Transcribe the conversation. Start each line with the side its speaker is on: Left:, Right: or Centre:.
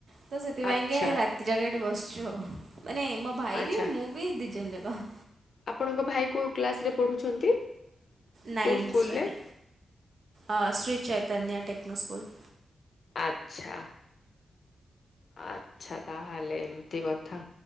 Right: ହୁଏ ତ ସେଥିପାଇଁକି
Left: ଆଚ୍ଛା
Right: ରାତି ଯାକ ଏଇଠି ବସିଛୁ ଆଉ। ମାନେ ମୋ ଭାଇ
Left: ଆଚ୍ଛା
Right: ବି ମୁଁ ବି ଦିଜଣ ଯାକ। ବାଃ।
Left: ଆପଣଙ୍କ ଭାଇ କୋଉ କ୍ଲାସରେ ପଢୁଛନ୍ତି?
Right: ନାଇନ୍ଥ
Left: କୋଉ ସ୍କୁଲରେ
Right: ତାର ଆ ଶ୍ରୀ ଚୈତନ୍ୟ ଟେକ୍ନୋ ସ୍କୁଲ।
Left: ଆଚ୍ଛା। ଆଚ୍ଛା ତାହେଲେ ଏମିତି କଥା।